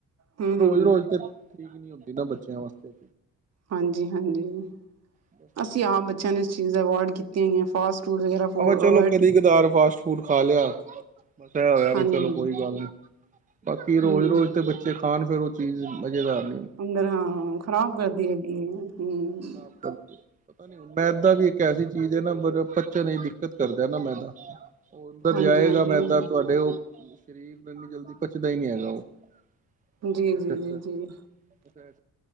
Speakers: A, on the right; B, on the right.
A: ਹੂੰ ਹੂੰ
B: ਰੋਜ਼-ਰੋਜ਼ ਠੀਕ ਨੀ ਹੁੰਦੀ ਨਾ ਬੱਚਿਆਂ ਵਾਸਤੇ।
A: ਹਾਂਜੀ-ਹਾਂਜੀ
B: ਬਸ ਇਹੀ
A: ਅਸੀਂ ਆਪ
B: ਗੱਲ ਹੈ।
A: ਬੱਚਿਆਂ ਨੂੰ ਇਸ ਚੀਜ਼ ਅਵੋਇਡ ਕੀਤੀ ਹੋਈਆਂ ਫਾਸਟ-ਫੂਡ ਵਗੈਰਾ। ਅਵੋਇਡ
B: ਆਪੈ ਚਲੋ ਕਦੀ-ਕਦਾਰ
A: ਕੀ
B: ਫਾਸਟ ਫੂਡ ਖਾ ਲਿਆ। ਬੱਟ ਐ ਹੋਇਆ
A: ਹਾਂਜੀ
B: ਵੀ ਚਲੋ ਕੋਈ ਗੱਲ ਨੀ, ਬਾਕੀ ਰੋਜ਼-ਰੋਜ਼
A: ਹੂੰ
B: ਤੇ ਬੱਚੇ ਖਾਣ ਫ਼ਿਰ ਚੀਜ਼ ਮਜ਼ੇਦਾਰ ਨੇ
A: ਅੰਦਰਾਂ ਖ਼ਰਾਬ ਕਰ ਦੀ ਹੈਗੀ ਐ।
B: <unintelligible> ਪਤਾ ਨੀ ਮੈਦਾ ਵੀ ਇੱਕ ਐਸੀ ਚੀਜ਼ ਐ ਨਾ ਪਰ ਬੱਚੇ ਨੇ ਦਿੱਕਤ ਕਰਦੈ ਨਾ ਮੈਦਾ। ਓਧਰ
A: ਹਾਂਜੀ
B: ਜਾਏਗਾ
A: ਹਾਂਜੀ
B: ਮੈਦਾ ਤੁਹਾਡੇ ਉਹ ਸਰੀਰ ਨੂੰ ਇੰਨੀ ਜਲਦੀ ਪਚਦਾ ਈ ਨੀ ਹੈਗਾ ਉਹ <unintelligible>
A: ਜੀ
B: ਆ
A: ਜੀ ਜੀ
B: ਚੱਕਰ
A: ਜੀ
B: ਆ